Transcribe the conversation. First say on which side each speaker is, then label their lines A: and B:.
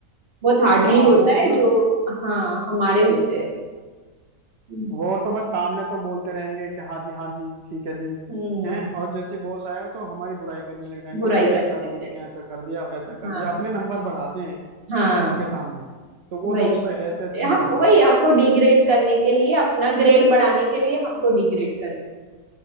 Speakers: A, on the right; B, on the right.
A: बहुत हार्डली
B: हाँ
A: होता
B: वो मतलब
A: है जो हाँ हमारे होते हैं हम्म
B: वो तो बस सामने तो बोलते रहेंगे कि हाँ जी हाँ जी ठीक है जी
A: हम्म,
B: हैं और जैसे बॉस आया तो हमारी बुराई करने लग जाएंगे
A: बुराई
B: अरे
A: करने
B: सर वो
A: लग जाएंगे
B: उसने ऐसा कर दिया वैसा कर
A: हाँ
B: दिया अपने नंबर बढ़ाते हैं
A: हाँ
B: उनके सामने तो वो
A: वही
B: दोस्त ऐसे अच्छे
A: हम
B: नहीं होते
A: वही हमको डिग्रेड करने के लिए अपना ग्रेड बढ़ाने के लिए हमको डिग्रेड कर दे